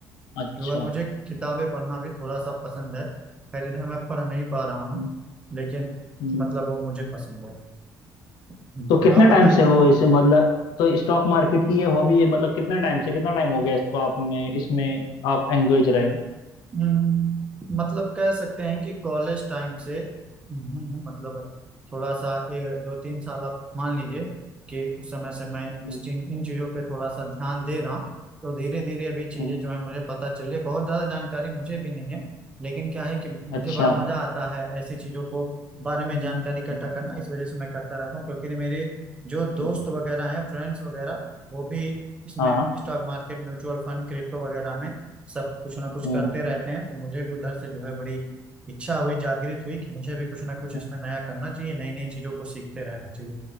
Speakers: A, on the left; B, on the right.
A: अच्छा
B: जो है मुझे किताबें पढ़ना भी थोड़ा सा पसंद है खैर इधर मैं पढ़ नहीं पा रहा हूँ
A: हम्म,
B: लेकिन
A: हम्म।
B: मतलब वो मुझे पसंद है हम्म,
A: तो कितने
B: आप
A: टाइम
B: बताइए
A: से हो इसे मतलब तो स्टॉक मार्केट की ये हॉबी है मतलब कितने टाइम से कितना टाइम हो गया इसको आप में इसमें आप एंगेज रहे हो
B: हम्म, मतलब कह सकते हैं कि कॉलेज टाइम से हम्म, हम्म, मतलब थोड़ा सा ए, दो तीन साल आप मान लीजिए कि उस समय से मैं
A: हम्म,
B: इस चीज इन चीज़ों पे थोड़ा सा ध्यान दे रहा हूँ तो धीरे धीरे अभी चीज़ें
A: हम्म,
B: जो है मुझे पता चल रही है बहुत ज़्यादा जानकारी मुझे भी नहीं है लेकिन क्या है कि मुझे
A: अच्छा
B: बड़ा मज़ा आता है ऐसी चीज़ों को बारे में
A: हम्म,
B: जानकारी इकट्ठा
A: हम्म,
B: करना इस वजह से मैं करता रहता हूँ क्योंकि मेरे जो दोस्त
A: हम्म,
B: वगैरह हैं फ्रेंड्स वगैरह वो भी इसमें
A: हाँ
B: stock market mutual fund crypto वगैरह में सब कुछ ना कुछ
A: हम्म
B: करते रहते हैं तो मुझे भी उधर से जो है बड़ी इच्छा हुई जागृत हुई कि मुझे भी कुछ ना कुछ
A: हम्म।
B: इसमें नया करना चाहिए नई नई चीजों को सीखते रहना चाहिए